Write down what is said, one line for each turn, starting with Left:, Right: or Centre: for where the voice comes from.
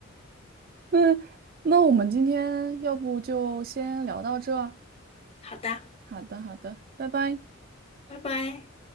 Right: 嗯，那我们今天要不就先聊到这儿啊
Left: 好的，
Right: 好的，好的，拜拜。
Left: 拜拜。